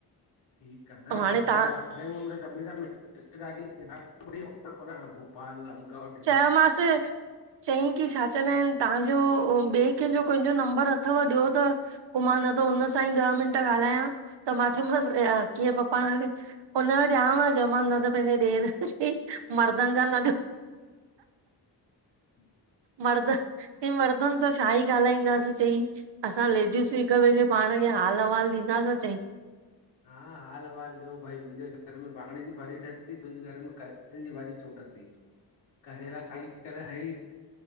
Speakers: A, on the left; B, on the right.
A: ठीक आ
B: ऐं
A: न
B: हाणे
A: ॾाढा
B: तव्हां
A: ॾा तॾहिं सभिनि सां रिश्तेदारीढढ भोपाल अमगढ <unintelligible>
B: चयोमांसि चयईं की छा चवंदा आहिन तहांजो, ॿिए कंहिंजो कंहिंजो नंबर अथव ॾियो त। पोइ मां न त हुन सां ई ॾह मिंट ॻाल्हायां त मां चयोमांसि कीअं पप्पा हाणे हुनजो ॾियांव चयोमासि न त पंहिंजे ॾेर चईं मर्दनि जा न ॾियो <unintelligible>
A: हम <inaudible>
B: मर्द चईं मर्दनि सां छा ई ॻाल्हाईंदासीं चई असां लेडीस ई हिकु ॿिए खे पाण खे हाल अहिवालु ॾींदाासीं चईं। <inaudible>
A: हा हाल अहिवालु ॾियो भाई मुंहिंजे घर में वांॻणनि जी भाॼी ठती, तुंहिंजे घर में कचनि जी भाॼी छो ठती।
B: <inaudible>
A: करेला खाई करे ह ई।